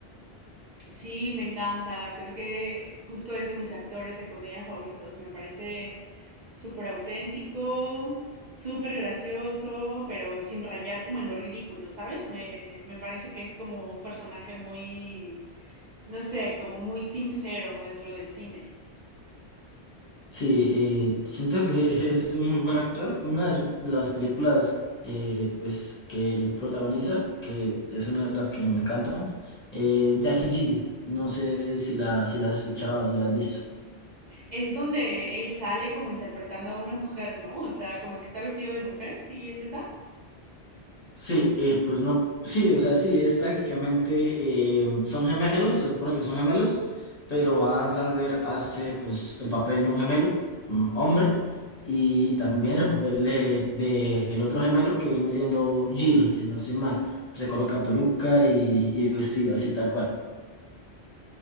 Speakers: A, on the right; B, on the left.
A: Sí, me encanta. Creo que justo es de mis actores de comedia favoritos. Me parece súper auténtico, súper gracioso, pero sin rayar como en lo ridículo, ¿sabes? Me, me parece que es como un personaje muy, no sé, como muy sincero dentro del cine.
B: Sí, eh, siento que <laughs> es un muy buen actor. Una de, su- de las películas eh, pues, que él protagoniza, que es una de las que me encantan, eh, es Jackie Giri. No sé si la, si la has escuchado, si la has visto.
A: Es donde él sale como interpretando a una mujer, ¿no? O sea, como que está vestido de mujer, ¿sí es esa?
B: Sí, eh, pues no, sí, o sea, sí, es prácticamente, eh, son gemelos, se supone que son gemelos, pero Adam Sandler hace pues el papel de un gemelo, mm, hombre, y también el papel de, de el otro gemelo que viene siendo Jill, si no estoy mal, se coloca peluca y, y vestido así tal cual.